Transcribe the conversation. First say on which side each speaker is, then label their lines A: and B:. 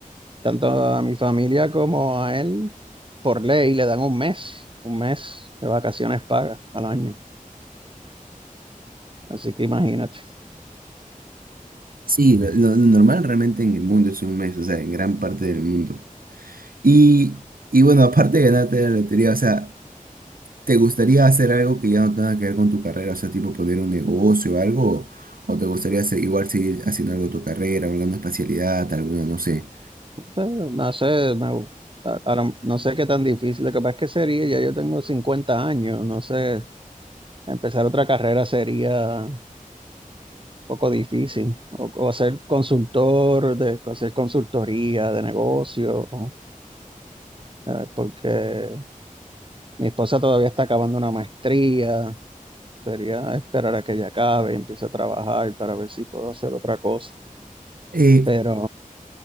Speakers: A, on the right (about 35°); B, on the right (about 90°).
A: tanto a mi familia como a él, por ley, le dan un mes, un mes de vacaciones pagas al año. Así que imagínate.
B: sí, lo, lo normal realmente en el mundo es un mes, o sea, en gran parte del mundo. Y, y bueno, aparte de ganarte la lotería, o sea, ¿Te gustaría hacer algo que ya no tenga que ver con tu carrera? O sea, tipo poner un negocio o algo. ¿O te gustaría hacer- igual seguir haciendo algo de tu carrera, alguna especialidad, alguna, no sé?
A: No sé, no sé, me- ahora no sé qué tan difícil. Lo que pasa es que sería, ya yo tengo 50 años, no sé, empezar otra carrera sería poco difícil. O, o ser consultor, de hacer consultoría de negocio, ¿no? eh, porque mi esposa todavía está acabando una maestría. Sería esperar a que ella acabe y empiece a trabajar para ver si puedo hacer otra cosa.
B: Eh,
A: Pero,